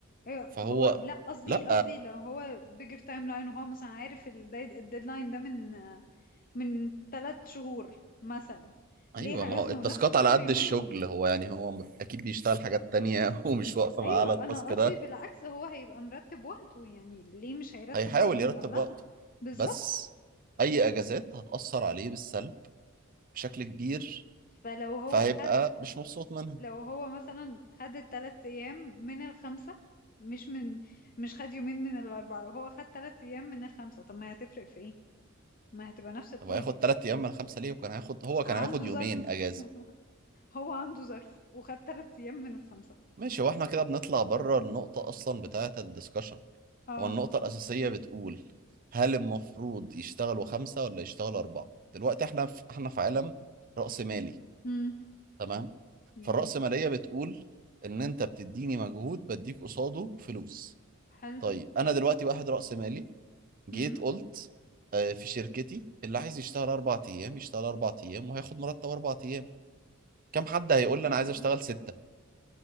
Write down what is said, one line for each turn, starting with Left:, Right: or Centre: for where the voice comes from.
Left: ايوه
Right: فهو
Left: هو لا قصدي
Right: لا
Left: قصدي لو هو بيجر تايم لاين وهو مثلا عارف الديدلاين ده من من ثلاث شهور مثلا ليه
Right: ايوه ما
Left: هيزنق
Right: هو التاسكات
Left: نفسه في
Right: على
Left: اخر
Right: قد
Left: يومين
Right: الشغل هو يعني هو م- اكيد بيشتغل حاجات تانية <laughs> ومش واقفه
Left: ايوه
Right: معاه على التاسك
Left: انا قصدي
Right: ده
Left: بالعكس هو هيبقى مرتب وقته يعني ليه مش هيرتب
Right: هيحاول
Left: وقته من
Right: يرتب
Left: قبلها
Right: وقته
Left: بالظبط
Right: بس اي اجازات هتاثر عليه بالسلب بشكل كبير
Left: فلو هو
Right: فهيبقى
Left: خد
Right: مش مبسوط منها
Left: لو هو مثلا خد التلات ايام من الخمسة مش من مش خد يومين من الاربعة لو هو خد تلات ايام من الخمسة طب ما هي هتفرق في ايه ما هتبقى نفس البوينت
Right: طب هياخد ثلاث ايام من خمسه ليه وكان هياخد هو
Left: عنده
Right: كان هياخد يومين
Left: ظرف
Right: اجازه
Left: <laughs> هو عنده ظرف وخد تلات ايام من الخمسة
Right: ماشي هو احنا كده بنطلع بره النقطه اصلا بتاعه الدسكشن
Left: اه
Right: هو النقطه الاساسيه بتقول هل المفروض يشتغلوا خمسه ولا يشتغلوا اربعه دلوقتي احنا في احنا في عالم رأسمالي
Left: امم
Right: تمام
Left: جميل
Right: فالرأسماليه بتقول ان انت بتديني مجهود بديك قصاده فلوس
Left: حلو
Right: طيب انا دلوقتي واحد رأسمالي جيت
Left: امم
Right: قلت آه، في شركتي اللي عايز يشتغل اربع ايام يشتغل اربع ايام وهياخد مرتب اربع ايام كم حد هيقول
Left: اوكي
Right: لي انا عايز اشتغل ستة